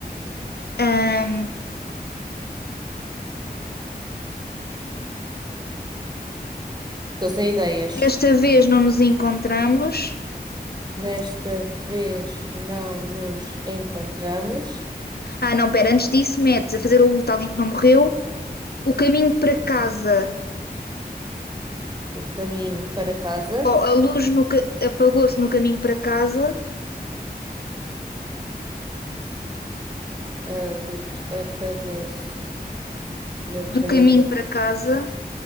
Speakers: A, on the left; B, on the right.
A: Ah,
B: Estou sem ideias.
A: desta vez não nos encontramos.
B: Nesta vez não nos encontramos.
A: Ah, não, pera, antes disso, mete fazer o luto de alguém que não morreu, o caminho para casa.
B: O caminho para casa.
A: Oh, a luz no ca- apagou-se no caminho para casa,
B: A luz apagou-se no
A: do
B: caminho,
A: caminho para casa,